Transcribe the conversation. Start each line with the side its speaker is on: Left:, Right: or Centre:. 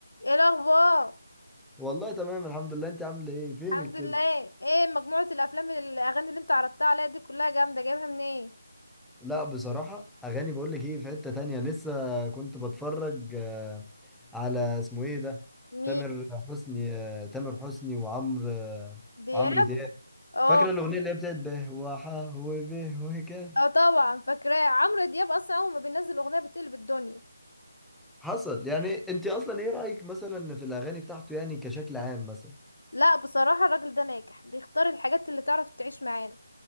Left: ايه الاخبار
Centre: والله تمام الحمد لله انت عامل ايه فينك
Left: الحمد
Centre: كده
Left: لله ايه مجموعة الافلام اللي- الاغاني اللي انت عرضتها عليا دي كلها جامدة جايبها منين
Centre: لا بصراحة اغاني بقول لك ايه في حتة تانية لسه كنت بتفرج آه، على اسمه ايه ده
Left: مين
Centre: تامر حسني آه، تامر حسني وعمرو آه،
Left: دياب
Centre: وعمرو دياب
Left: اه
Centre: فاكرة الاغنية اللي هي بتاعت به وحا وبه وكا
Left: اه طبعا فاكراه عمرو دياب اصلا اول ما بينزل اغنية بتقلب الدنيا
Centre: حصل يعني انت اصلا ايه رأيك مثلا في الاغاني بتاعته يعني كشكل عام مثلا
Left: لا بصراحة الراجل ده ناجح بيختار الحاجات اللي تعرف تعيش معانا